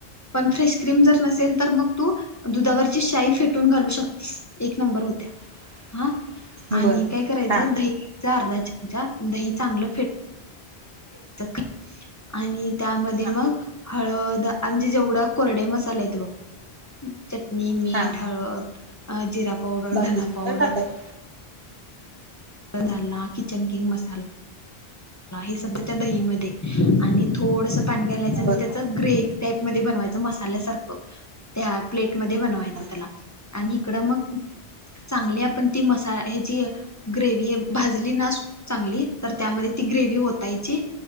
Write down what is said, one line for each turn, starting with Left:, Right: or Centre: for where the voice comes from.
Left: पण फ्रेश क्रीम जर नसेल तर मग तू दुधावरची शाई फेटून घालू शकतीस एक नंबर होत्या.
Right: <inaudible>
Left: हा आणि काय करायचं
Right: हा
Left: दहीचा अर्धा चमचा दही चांगलं फेट <unintelligible> आणि त्यामध्ये
Right: हा
Left: मग हळद अं म्हणजे जेवढं कोरडे मसाले येत बघ चटणी, मीठ,
Right: हा
Left: हळद, अ जिरा पावडर,
Right: बाकी
Left: धना
Right: सगळं
Left: पावडर,
Right: टाकायचं
Left: झाला किचन किंग मसाला हे सध्या त्या दही मध्ये आणि थोडस पाणी घालायचं आणि
Right: बर
Left: त्याच्या त ग्रेवी टाईप मध्ये बनवायचं मसाल्यासारखं त्या प्लेट मध्ये बनवायचं
Right: हा
Left: त्याला आणि इकडं मग चांगल्या पण ती मसा ह्यची ग्रेवी भाजली ना चांगली तर त्यामध्ये ती ग्रेवी ओतायची.